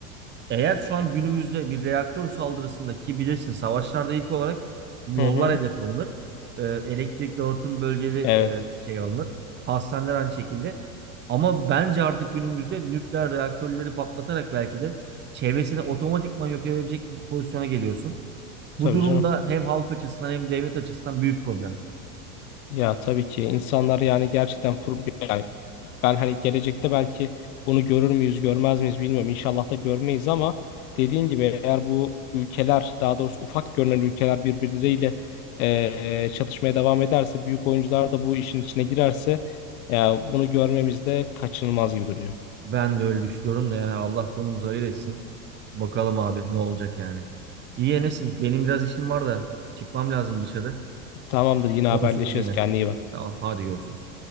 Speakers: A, on the right (about 25°); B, on the left (about 65°).
A: Eğer şu an günümüzde bir reaktör saldırısında ki bilirsin savaşlarda ilk olarak yollar
B: Hı hı.
A: hedef alınır. Ee, elektrik dağıtım bölgeleri
B: Evet,
A: e, şey alınır. Hastaneler aynı şekilde. Ama bence artık günümüzde nükleer reaktörleri patlatarak belki de çevresini otomatikman yok edebilecek bir pozisyona geliyorsun. Bu
B: tabii
A: durumda
B: canım.
A: hem halk açısından hem devlet açısından büyük problem.
B: Ya tabii ki insanlar yani gerçekten pro- yani Ben hani gelecekte belki bunu görür müyüz, görmez miyiz bilmiyorum. İnşallah da görmeyiz ama dediğin gibi eğer bu ülkeler, daha doğrusu ufak görünen ülkeler birbirleriyle e, çatışmaya devam ederse, büyük oyuncular da bu işin içine girerse e, bunu görmemiz de kaçınılmaz gibi duruyor.
A: Ben de öyle düşünüyorum da yani Allah sonumuzu hayır etsin. Bakalım abi ne olacak yani. İyi Enes'im benim biraz işim var da çıkmam lazım dışarı.
B: Tamamdır, yine haberleşiriz.
A: Konuşuruz gene.
B: Kendine iyi bak.
A: Tamam, hadi görüşürüz.